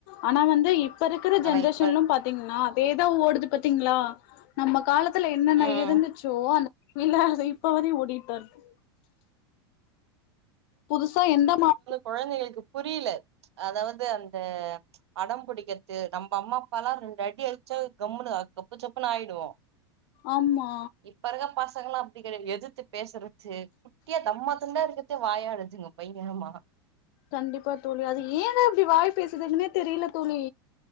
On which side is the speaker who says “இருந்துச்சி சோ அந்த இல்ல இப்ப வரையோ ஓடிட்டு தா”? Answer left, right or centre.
Left